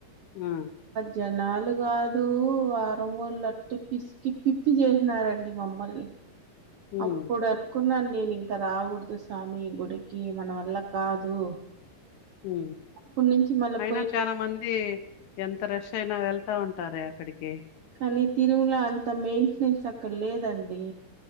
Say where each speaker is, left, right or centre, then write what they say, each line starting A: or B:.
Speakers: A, on the left (about 75°); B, on the right (about 75°).
A: ఆ
B: జనాలు కాదు వారం వోళట్టి పిసికి పిప్పి చేసినారండి మమ్మల్ని
A: ఉమ్
B: అప్పుడు అనుకున్నాను నేను ఇంకా రాగుడదు స్వామి గుడికి మన వల్ల కాదు
A: ఉ
B: అప్పటి నుంచి మళ్ళా
A: అయినా
B: పోయి
A: చాన మంది ఎంత రష్ అయినా వెళ్తా ఉంటారే అక్కడికి
B: కానీ తిరుమల అంత మెయింటెనెన్స్ అక్కడ లేదండి